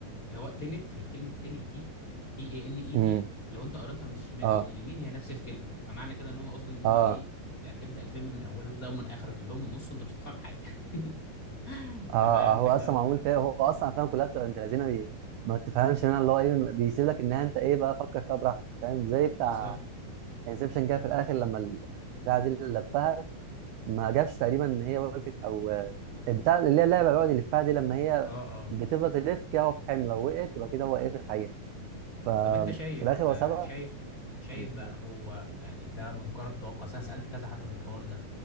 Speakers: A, on the left; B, on the right.
A: اللي هو تنت هي كلمة تنت دي تي
B: <laughs>
A: اي ان اي
B: امم
A: تي لو انت قريتها من الشمال
B: اه
A: او من اليمين هي نفس الكلمة فمعنى كده ان هو قصده ان هو
B: اه
A: ايه هتبدأ الفيلم من اوله تبدأ من اخره تبدأ من النص وانت مش هتفهم حاجة <laughs> انت
B: اه آه،
A: فاهم انت
B: هو
A: الجو
B: اصلا معمول
A: ده
B: فيها هو اصلا افلام كلها بتبقى انت لذينه بي... ما تفهمش منها اللي هو ايه بيسيب لك انها انت ايه بقى فكر فيها براحتك فاهم زي بتاع
A: بالظبط
B: انسبشن كده في الاخر لما ال- بتاع دي اللي لفها ما جابش تقريبا ان هي وقفت او آه، البتاع اللي هي اللعبه بيقعد يلفها دي لما هي
A: اه اه
B: بتفضل تلف كده هو في حمل لو وقعت تبقى كده هو ايه في الحقيقه ففي
A: طب انت شايف
B: الاخر هو
A: آه،
B: سابها
A: شايف شايف
B: مم.
A: بقى هو يعني ده مجرد توقع أصل انا سألت كذا حد في الحوار ده